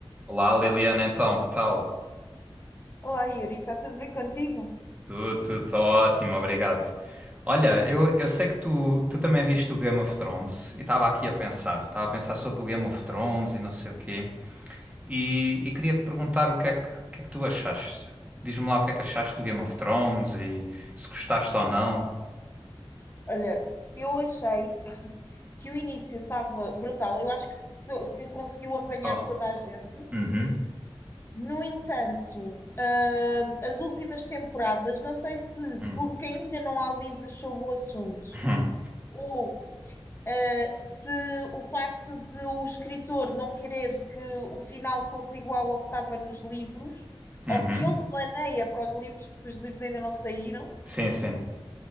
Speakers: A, on the right; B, on the left.
A: Olá Liliana, então, que tal?
B: Olá, Yuri, está tudo bem contigo?
A: Tu, tu, tô ótimo, obrigado. Olha, eu, eu sei que tu, tu também viste o Game of Thrones e estava aqui a pensar, estava a pensar sobre o Game of Thrones e não sei o quê, e, e queria te perguntar o que é que, o que é que tu achaste. Diz-me lá o que é que achaste do Game of Thrones e se gostaste ou não.
B: Olha, eu achei que o início estava brutal. Eu acho que, to- que conseguiu apanhar
A: Oh,
B: toda a gente.
A: uhum,
B: No entanto, ah, as últimas temporadas, não sei se
A: uhum,
B: porque ainda não há livros sobre o assunto,
A: uhum,
B: ou ah, se o facto de o escritor não querer que o final fosse igual ao que estava nos livros,
A: <laughs>
B: ou
A: uhum.
B: que ele planeia para os livros, porque os livros ainda não saíram.
A: Sim, sim.